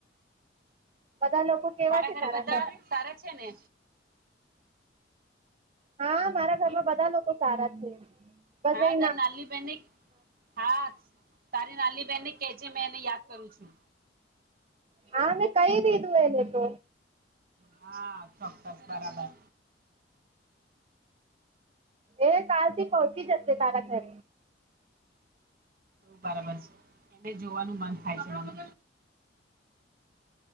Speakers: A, on the right (about 30°); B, on the right (about 50°).
A: બધા લોકો કેવા
B: તારા
A: છે
B: ઘરે બધા
A: ઘર
B: સારા છે ને
A: હા મારા ઘરમાં બધા લોકો સારા છે. બસ
B: હા
A: એ
B: તારી નાની બહેને હા તારી નાની બેહેનને કેજે મેં એને યાદ કરું છું.
A: હા મેં કહી દીધું એને તો
B: હા ચોક્કસ બરાબર.
A: એ કાલથી પહોંચી જશે તારા ઘરે
B: બરાબર છે એને જોવાનું મન થાય છે, મને